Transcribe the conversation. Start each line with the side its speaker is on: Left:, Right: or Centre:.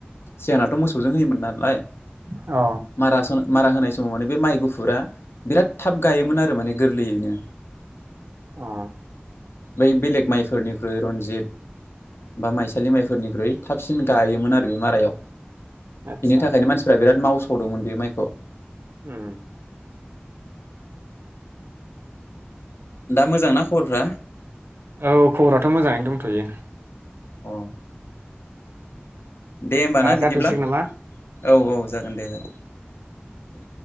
Left: सिगांनाथ' मोसौजों होयोमोन नालाय।
Right: अ
Left: मारासन-मारा होनाय न अनै बे माइ गुफुरा बिराद थाब गायोमोन आरो माने गोरलैयैनो।
Right: अ
Left: बै बेलेक माइ फोरनिख्रुइ रन्जित बा माइसालि माइफोरनिख्रुइ थाबसिन गायोमोन आरो बे मारायाव।
Right: आदसा
Left: बिनि थाखायनो मानसिफ्रा बिराद माव हरोदोंमोन बे माइखौ।
Right: उम
Left: दा मोजांना खबरफ्रा?
Right: औ खबराथ' मोजाङैनो दंथ'यो।
Left: अ दे होमबा ना बिदिब्ला
Right: जाथ'सिगोन नामा
Left: औ औ जागोन दे जागोन। दे।